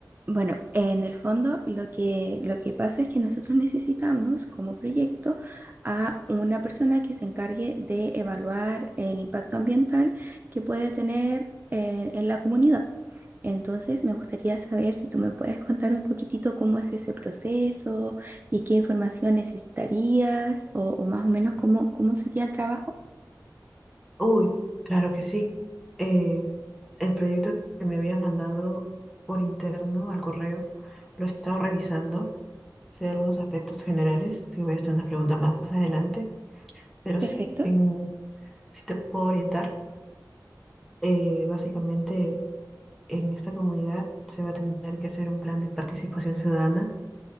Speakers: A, on the right (about 25°); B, in the centre.
A: Bueno, en el fondo lo que, lo que pasa es que nosotros necesitamos como proyecto a una persona que se encargue de evaluar el impacto ambiental que puede tener eh, en la comunidad. Entonces, me gustaría saber si tú me puedes contar un poquitito cómo es ese proceso y qué información necesitarías o, o más o menos cómo, cómo sería el trabajo.
B: Uy, claro que sí. Eh, el proyecto que me habías mandado por interno al correo lo he estado revisando. Sé algunos aspectos generales, te voy a hacer unas preguntas más adelante, pero
A: Perfecto.
B: sí, en, sí te puedo orientar. Eh, básicamente, en esta comunidad se va a tener que hacer un plan de participación ciudadana,